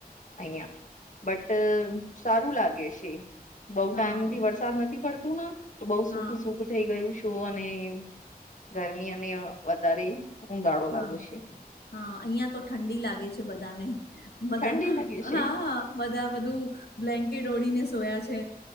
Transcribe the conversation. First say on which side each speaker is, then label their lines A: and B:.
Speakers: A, on the left (about 50°); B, on the left (about 85°).
A: અહિંયા બટ સારું લાગે છે, બઉ ટાઈમ
B: હા
A: થી વરસાદ નથી પડ તો ન બઉ સુખું
B: હા
A: સુખું થઈ ગયું છું, અને ગરમી અને વધારે ઉધાળો
B: હા
A: લાગે છે.
B: હા અહિયાં તો ઠંડી લાગે છે, બધાને બધા
A: ઠંડી લાગે છે.
B: હા બધા બધું બ્લેન્કેટ ઓળીને સોયા છે.